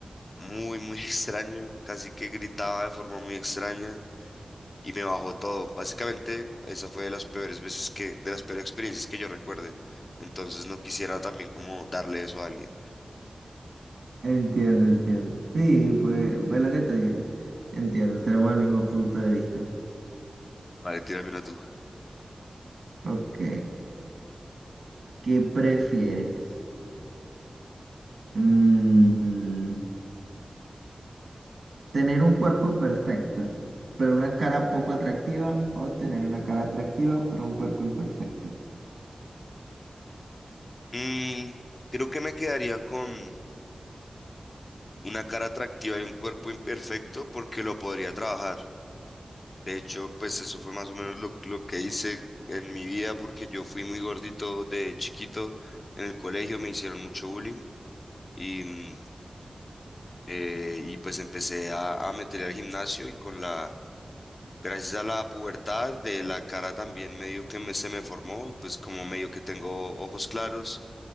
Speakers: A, on the left (about 50°); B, on the right (about 80°).
A: muy, muy <laughs> extraño, casi que gritaba de forma muy extraña y me bajó todo. Básicamente, esa fue de las peores veces que, de las peores experiencias que yo recuerde. Entonces no quisiera también como darle eso a alguien.
B: entiendo, entiendo. Sí, pues es lo que te digo. Entiendo, tenemos el mismo punto de vista.
A: Vale, tírame una tú.
B: Ok, ¿qué prefieres? Mm, mm, ¿tener un cuerpo perfecto, pero una cara poco atractiva o tener una cara atractiva, pero un cuerpo imperfecto?
A: Mm, creo que me quedaría con una cara atractiva y un cuerpo imperfecto porque lo podría trabajar. De hecho, pues eso fue más o menos lo, lo que hice en mi vida porque yo fui muy gordito de chiquito. En el colegio me hicieron mucho bullying y mm, eh, y pues empecé a, a meterle al gimnasio y con la, gracias a la pubertad de la cara también medio que me, se me formó y pues como medio que tengo ojos claros,